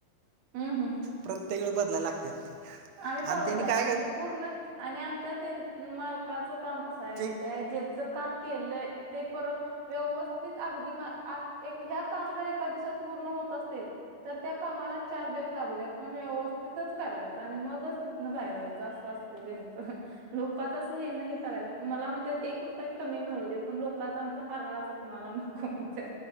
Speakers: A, on the right; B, on the right.
A: हम्म हम्म.
B: प्रत्येक वेळ बदलायला लागते.
A: आम्ही
B: आणि
A: पळवून
B: त्यांनी
A: जायत
B: काय
A: नाही आम्ही
B: कर-
A: पूर्ण आणि आमच्या ते मालकाचं काम कसं आहे माहिय.
B: ते
A: काम केलंय ते परत व्यवस्थित अगदी या काम जर एका दिवसात पूर्ण होत असेल. तर त्या कामाला चार दिवस लागू द्यात पण व्यवस्थितच करायच. आणि मगच तिथनं बाहेर व्हायचं असं असते त्यांचं लोकच असं हे नाही हे कराय मला म्हणतात एक रुपये कमी मिळू दे पण लोकचा आमचा हारळाच कणाला न. कोणतं?